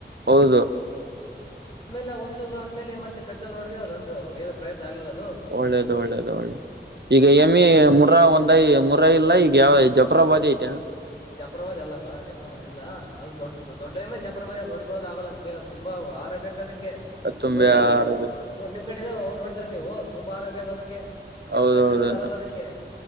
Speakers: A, on the right; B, on the left.
A: ಹೌದು
B: ಆಮೇಲೆ ಒಂದ್ಸೂಲ ಆದ್ಮೇಲೆ ಮತ್ತೆ ಕಡ್ಸಲ್ ಹೊಡ್ದೇ ಅದ ಏನ ಪ್ರಯತ್ನ ಆಗಲಿಲ್ಲ ದು
A: ಒಳ್ಳೇದು ಒಳ್ಳೇದು ಒಳ್ಳೆದು ಈಗ ಎಮ್ಮಿಮುರ ಒಂದಐ ಮುರ ಇಲ್ಲ ಈಗ ಯಾವ ಜಫ್ರಾಬಾದಿ ಆಐಟಾ
B: ಜಪ್ರವಾದ ಅಲ್ಲ ಬಾ ಜಪ್ರವಾದ ಇಲ್ಲ ಅದು ದೊಡ್ಡ ದೊಡ್ಡಮ್ಮೆ ಜಪ್ರದಾದ ಅ ನೋಡ್ಕೊಳ್ಳೋದ ಆಗಲ್ಲ ನಮ್ ಕೈಲ್ಲ ತುಂಬಾ ಆಹರಾ ಬೇಕ ಅದಕ್ಕೆ
A: ತುಂಬೆ
B: ನೋಡಿದ್ರ
A: ಆರು
B: ನೀವು ನಿಮ್ ಕಡೆ ಇದಾವ ನೋಡಿದ್ರ ನೀವು ತುಂಬಾ ಆಹಾರ ಬೇಕ ಅದಕ್ಕೆ
A: ಹೌದೌದು
B: ಎಷ್ಟ ಹಾಕಿದರ ಸಾಲಲ್ಲ ಅದಕ್ಕೆ